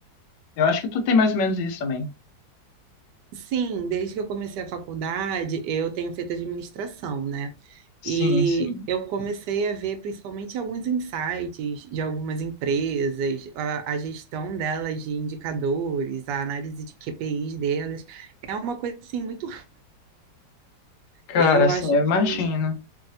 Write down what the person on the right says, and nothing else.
Sim, desde que eu comecei a faculdade, eu tenho feito administração, né?
E
eu comecei a ver principalmente alguns insights de algumas empresas, a, a gestão delas de indicadores, a análise de QPIs delas. É uma coisa assim muito.
Eu
acho
que